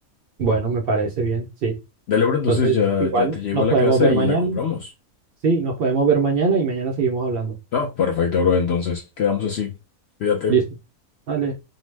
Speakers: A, on the right; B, on the left.
A: Bueno, me parece bien, sí.
B: Dale, bro, entonces
A: Entonces,
B: ya,
A: igual
B: ya te llego
A: nos
B: a la
A: podemos
B: casa
A: ver
B: y
A: mañana.
B: la compramos.
A: Sí, nos podemos ver mañana y mañana seguimos hablando.
B: Ah, perfecto, bro. Entonces, quedamos así. Cuídate.
A: Listo. Vale.